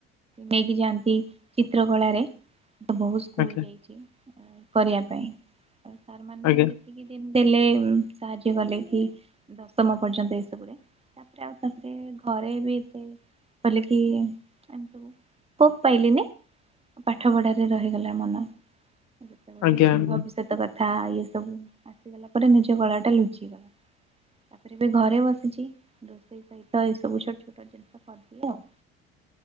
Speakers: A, on the right; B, on the left.
A: ନେଇକି ଯାଆନ୍ତି ଚିତ୍ର କଳାରେ ତ ବହୁତ ସ୍କୁଲ
B: ଆଜ୍ଞା
A: ଯାଇଛି, କରିବା ପାଇଁ ସାରମାନେ
B: ଆଜ୍ଞା
A: କିଛି ଦିନ ଦେଲେ ସାହାଯ୍ୟ କଲେ କି ଦଶମ ପର୍ଯ୍ୟନ୍ତ ଏସବୁରେ ତାପରେ ଆଉ ତାପରେ ଘରେ ବି ଏତେ ଖୋଲିକି ଏମତି ସ୍କୋପ ପାଇଲିନି, ପାଠ ପଢ଼ାରେ ରହିଗଲା ମନ ଯେତେବେଳେ
B: ଆଜ୍ଞା ଆଜ୍ଞା।
A: ଭବିଷ୍ୟତ କଥା ଇଏ ସବୁ ଆସିଗଲା ପରେ ନିଜ କଳାଟା ଲୁଚିଗଲା। ତାପରେ ଏ ଘରେ ବସିଛି ରୋଷେଇ ସହିତ ଏ ସବୁ ଛୋଟ ଛୋଟ ଜିନିଷ କରିଦିଏ ଆଉ